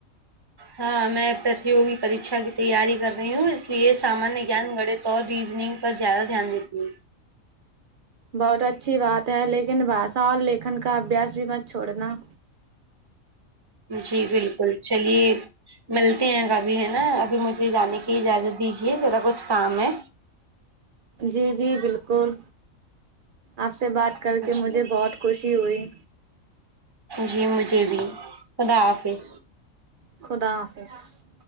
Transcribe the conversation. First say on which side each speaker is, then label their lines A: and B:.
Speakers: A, on the right; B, on the right.
A: ہاں میں پرتوگی پریکچھا کی تیاری کر رہی ہوں اس لیے سامانیہ گیان گڑت تو اور ریزننگ پر زیادہ دھیان دیتی ہوں
B: بہت اچھی بات ہے لیکن بھاشا اور لکھن کا ابھیاس بھی مت چھوڑنا
A: جی بالکل چلیے ملتے ہیں کبھی ہے نا ابھی مجھے جانے کی اجازت دیجیے ذرا کچھ کام ہے
B: جی جی بالکل آپ سے بات کر کے مجھے
A: جی
B: بہت خوشی ہوئی
A: جی مجھے بھی خدا حافظ
B: خدا حافظ